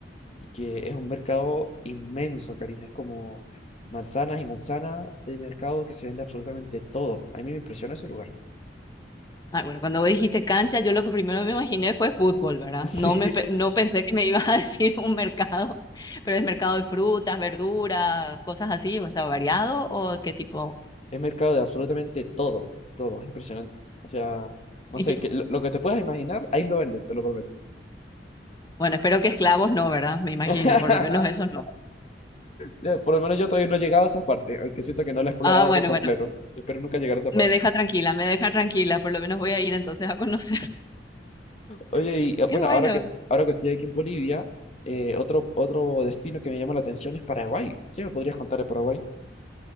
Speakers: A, on the left; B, on the left.
A: y que es un mercado inmenso, Karina. Es como manzanas y manzanas de mercado que se vende absolutamente todo. A mí me impresiona ese lugar.
B: Ah, bueno, cuando vos dijiste cancha, yo lo que primero me imaginé fue fútbol, ¿verdad? No
A: Sí,
B: me pe- no pensé que me ibas a <laughs> decir un mercado, pero es mercado de frutas, verduras, cosas así, o sea, variado o qué tipo.
A: es mercado de absolutamente todo, todo, es impresionante. O sea, no
B: <laughs>
A: sé, que, lo, lo que te puedas imaginar, ahí lo venden, te lo prometo.
B: Bueno, espero que esclavos no, ¿verdad? Me imagino,
A: <laughs>
B: por lo menos eso no.
A: Ya, Por lo menos yo todavía no he llegado a esa parte, aunque siento que no la he explorado
B: Ah, bueno,
A: por completo.
B: bueno,
A: Espero nunca llegar a esa parte.
B: me deja tranquila, me deja tranquila, por lo menos voy a ir entonces a conocer.
A: Oye,
B: <laughs>
A: y eh,
B: Qué
A: bueno,
B: bueno.
A: ahora que, ahora que estoy aquí en Bolivia, eh, otro, otro destino que me llama la atención es Paraguay. ¿Qué me podrías contar de Paraguay?